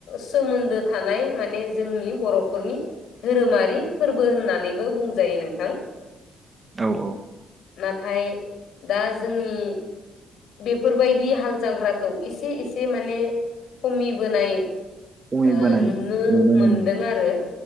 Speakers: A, on the left; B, on the right.
A: सोमोन्दो थानाय माने जोंनि बर'फोरनि धोरोमारि फोरबो होननानैबो बुंजायो नोंथां।
B: औ औ
A: नाथाय दा जोंनि बेफोरबायदि हाल जांख्राखौ एसे एसे माने खमिबोनाय
B: खमैबोनाय
A: ओ नुनो मोनदों
B: मोनो
A: आरो।